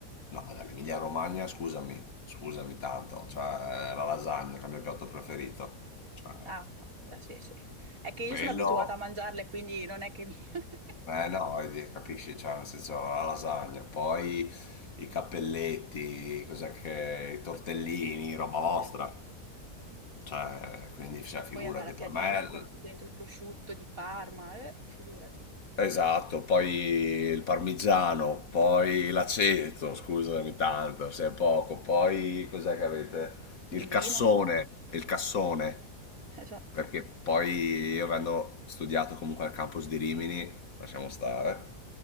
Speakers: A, on the left; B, on the right.
A: No, ma dall'Emilia-Romagna, scusami, scusami tanto. Cioè, la lasagna che è il mio piatto preferito. Cioè,
B: Ah, fa- sì, sì. È che io
A: quello...
B: sono abituata a mangiarle, quindi non è che mi... <laughs>
A: Eh no, vedi, capisci, cioè nel senso la lasagna, poi i cappelletti, cos'è che, i tortellini, roba vostra,
B: Esatto.
A: cioè quindi cioè, figurati,
B: Poi vabbè, la piadina
A: per me
B: con dentro il prosciutto di Parma, eh, figurati.
A: esatto, poi il parmigiano, poi l'aceto, scusami tanto, se è poco, poi cos'è che avete? Il
B: Il vino,
A: cassone, il cassone.
B: esatto.
A: perché poi io avendo studiato comunque al campus di Rimini, lasciamo stare,